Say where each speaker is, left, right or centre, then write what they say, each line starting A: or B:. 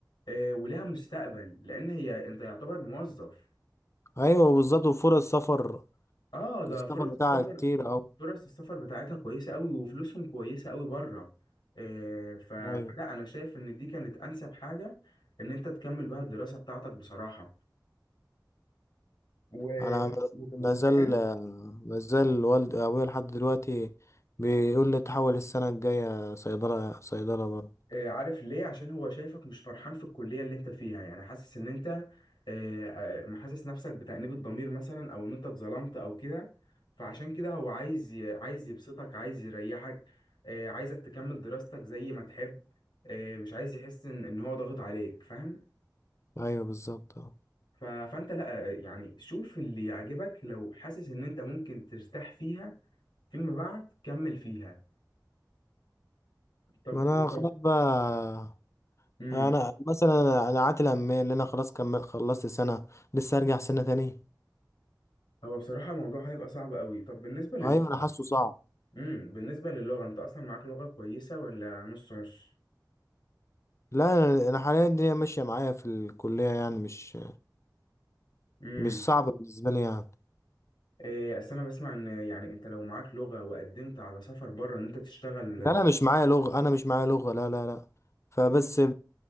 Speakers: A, on the left; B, on the left.
A: آه، ولها مستقبل لان هي انت يعتبر موظف
B: ايوه بالظبط وفرص سفر
A: اه ده
B: السفر
A: فرص
B: بتاعها
A: السفر
B: كتير اوي
A: فرص السفر بتاعتها كويسة قوي وفلوسهم كويسة قوي بره آه، ف... فلا
B: ايوه
A: أنا شايف إن دي كانت أنسب حاجة إن أنت تكمل بها الدراسة بتاعتك بصراحة و...
B: انا
A: و...
B: مازال
A: وكمان
B: مازال والدي ابويا لحد دلوقتي بيقول لي تحول السنه الجايه صيدله صيدله برضه
A: آه، عارف ليه عشان هو شايفك مش فرحان في الكلية اللي أنت فيها يعني حاسس إن أنت آه، آه، محسس نفسك بتأنيب الضمير مثلا أو إن أنت اتظلمت أو كده فعشان كده هو عايز ي... عايز يبسطك عايز يريحك آه، عايزك تكمل دراستك زي ما تحب آه، مش عايز يحس إن إن هو ضاغط عليك فاهم
B: ايوه بالظبط اه.
A: ف... فانت لا يعني شوف اللي يعجبك لو حاسس ان انت ممكن ترتاح فيها فيما بعد كمل فيها طب
B: ما انا خلاص
A: طب
B: بقى
A: امم
B: انا مثلا انا عاتل امال اللي انا خلاص كمل خلصت سنه لسه ارجع سنه تانية
A: هو بصراحة الموضوع هيبقى صعب قوي طب بالنسبة للغة
B: ايوه انا حاسه صعب
A: امم بالنسبة للغة انت اصلا معاك لغة كويسة ولا نص نص
B: لا انا أنا حاليا الدنيا ماشيه معايا في الكليه يعني مش
A: امم
B: مش صعبه بالنسبه لي يعني
A: إيه اصل انا بسمع ان يعني انت لو معاك لغة وقدمت على سفر بره ان انت تشتغل
B: لا، انا مش معايا لغه انا مش معايا لغه لا لا لا فبس